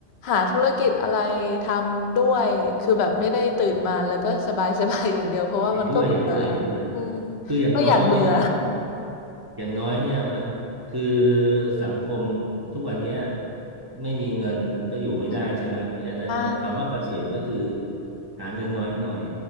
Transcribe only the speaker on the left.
หาธุรกิจอะไรทำด้วยคือแบบไม่ได้ตื่นมาแล้วก็สบายๆ <laughs> อย่างเดียวเพราะว่ามันก็เบื่อ
อืม
ก็อยากเบื่อ
อืมใช่